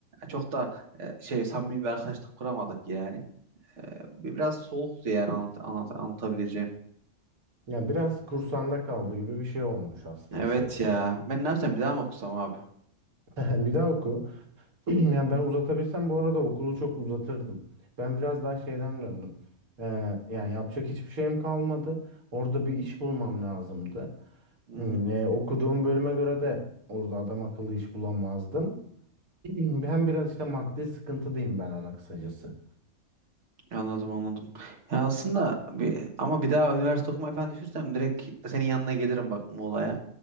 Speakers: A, on the right (about 55°); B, on the right (about 80°).
A: çok da e, şey samimi bir arkadaşlık kuramadık yani. E, bi- Biraz soğuktu yani anlat, anlat- anlatabileceğim.
B: Ya biraz kursağında kaldı gibi bir şey olmuş aslında
A: Evet
B: senin.
A: ya ben ne yapsam bir daha mı okusam abi?
B: <laughs> Bir daha oku. <clears throat> Yani ben uzatabilsem bu arada okulu çok uzatırdım. Ben biraz daha şeyden döndüm. Ee, yani yapacak hiçbir şeyim kalmadı. Orada bir iş bulmam lazımdı.
A: Hı
B: Hmm,
A: hı.
B: e, okuduğum bölüme göre de orada adam akıllı iş bulamazdım. <clears throat> Hem biraz işte maddi sıkıntıdayım ben ona kısacası.
A: Anladım anladım. Ya aslında bir, ama bir daha üniversite okumayı falan düşünsem direkt senin yanına gelirim bak Muğla'ya.